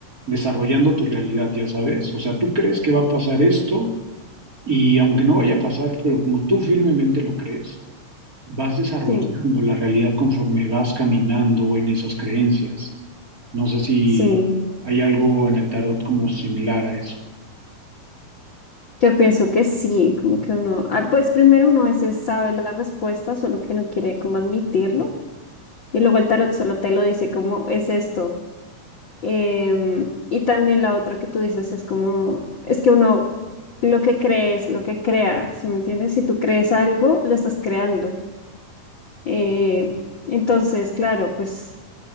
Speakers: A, on the right; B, on the left.
A: desarrollando tu realidad, ya sabes. O sea, tú crees que va a pasar esto y aunque no vaya a pasar, pero como tú firmemente lo crees, vas desarrollando
B: Sí,
A: la realidad conforme vas caminando en esas creencias. No sé si
B: sí.
A: hay algo en el tarot como similar a eso.
B: Yo pienso que sí, como que uno, ah, pues primero uno a veces sabe la respuesta, solo que no quiere como admitirlo, y luego el tarot solo te lo dice como es esto. Em, y también la otra que tú dices es como, es que uno lo que cree es lo que crea, ¿sí me entiendes? Si tú crees algo, lo estás creando. Eh, entonces, claro, pues